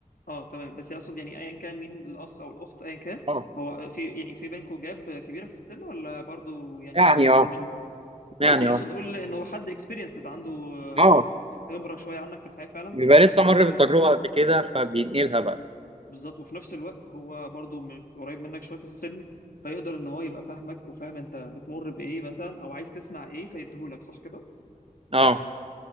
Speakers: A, on the left; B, on the right.
A: اه تمام بس يقصد يعني ايا كان مين الاخ او الاخت ايا كان
B: اه
A: هو في يعني في بينكم جاب كبيره في السن ولا برضو يعني
B: يعني
A: متقاربين
B: اه
A: شويه طب كويس
B: يعني
A: يعني
B: اه
A: اقصد اقول انه هو حد اكسبيرينسد عنده آه،
B: اه
A: خبره شويه عنك في الحياه فعلا
B: بيبقى لسه مر
A: يقدر
B: بالتجربة
A: ي-
B: قبل كده فبينقلها بقى
A: بالظبط وفي نفس الوقت هو برضو م- قريب منك شويه في السن فيقدر ان هو يبقى فاهمك وفاهم انت بتمر بايه مثلا او عايز تسمع ايه فيديهولك صح كده
B: اه